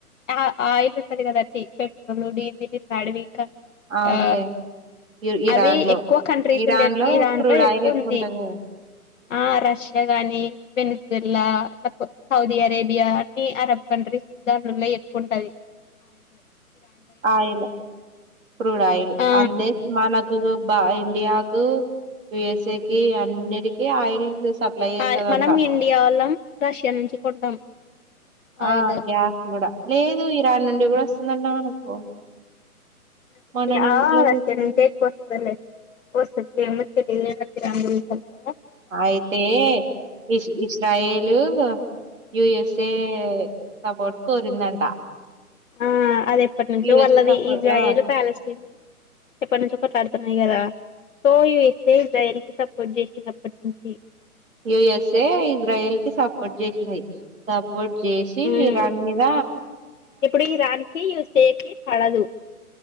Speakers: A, on the left; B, on the right.
A: అహా ఆయిల్ ఉంటది గదండి పెట్రోలు, డీజిలు ఇట్ల అడవి ఇంకా
B: అవును
A: ఆ
B: లే ఇ ఇరాన్
A: అవి
B: లో
A: ఎక్కువ కంట్రీస్
B: ఇరాన్
A: ఉండే
B: లో
A: ఈ దాంట్లో
B: క్రూడ్
A: ఎక్కువ
B: ఆయిల్ ఎక్కువంటది
A: ఉంది
B: కదా
A: ఆ రష్యా గాని వెనుజిల్లా కొ సౌదీ అరేబియా అన్ని అరబ్ కంట్రీస్ దాంట్లల్లో ఎక్కువుంటది
B: ఆయిల్ క్రూడ్ ఆయిల్
A: ఆ
B: అన్ని మనక్ ఇండియాకు యుస్ఏ కి అన్నిటికి ఆయిల్ సప్లై చేస్తదంట
A: ఆ మనం ఇండియా వాళ్ళం రష్యా నుంచి కొంటాం ఆయిల్
B: ఆ గ్యాస్ కూడా లేదు ఇరాన్ నుండి కూడా వస్తుందంట మనకు
A: <inaudible>
B: మొన్న న్యూస్ లో చూసిన
A: ఇంక <unintelligible> రంగు రుద్దలేదా
B: అయితే ఇష్ ఇ స్టయిలు యుఎస్ఏ సపోర్ట్ కోరిందంట
A: ఆ అది ఎప్పటి నుంచో
B: యుఎస్ఏ
A: వాళ్ళది
B: సపోర్ట్
A: ఇజ్రాయల్
B: ఆ
A: ప్యాలెస్తీన్ ఎప్పటి నుంచో కొట్లాడుతున్నారు ది కదా సో యూఎస్ఎ ఇజ్రాయిల్ కి సపోర్ట్ చేసినప్పటి నుంచి
B: యుఎస్ఏ ఇజ్రాయెల్ కి సపోర్ట్ చేసింది స పోట్ చేసి
A: మ్మ్
B: ఇరాన్ మీద
A: ఇప్పుడు ఇరాన్ కి యూఎస్ఎ కి పడదు